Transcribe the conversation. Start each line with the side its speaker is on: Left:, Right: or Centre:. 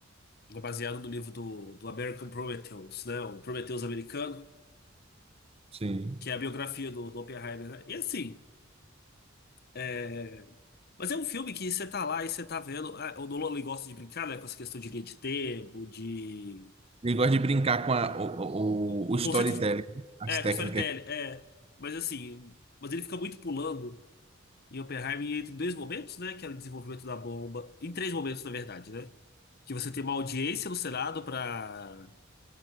Left: É baseado no livro do, do American Prometheus, né? O Prometheus americano,
Right: Sim.
Left: que é a biografia do, do Oppenheimer, né? E assim, é... mas é um filme que você tá lá e você tá vendo. Ah, o Nolan ele gosta de brincar, né? Com essa questão de linha de tempo, de.
Right: Ele gosta de brincar com a- o,
Left: O,
Right: o, o
Left: o
Right: storytelling,
Left: conceito de.
Right: as
Left: É,
Right: técnicas.
Left: com storytelling, é. Mas assim, mas ele fica muito pulando em Oppenheimer entre dois momentos, né? Que é o desenvolvimento da bomba. Em três momentos, na verdade, né? Que você tem uma audiência no Senado para